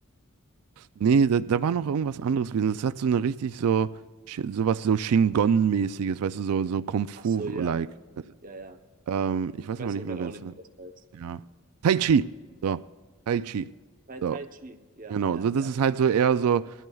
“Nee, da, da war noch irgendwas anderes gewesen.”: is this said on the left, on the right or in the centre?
Right